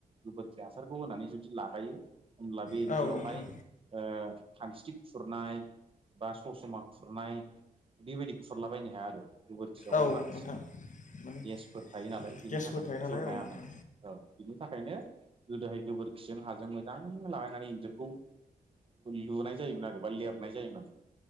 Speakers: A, on the right; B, on the left.
A: गोबोरखि हासारखौ होनानै जुदि लागायो। होमब्ला बे इन्जुरावहाय
B: औ नोंथां
A: ओ खामस्रि खुरनाय बा सस्रमा खुरनाय बेबायदि खुरलाबायायनो हाया आरो। गोबोखियावहाय
B: औ
A: माखासे
B: नोंथां। माने
A: गेसफोर थायो नालाय बेनि
B: गेसफोर
A: थाखायनो
B: थायो नालाय
A: गुरनायामोन
B: औ नोंथां
A: औ बिनि थाखायनो गोदोहाय गोबोरखिजों हाजों मोजां लागायनानै इन्जुरखौ लुनाय जायोमोन आरो बा लिरनाय जायोमोन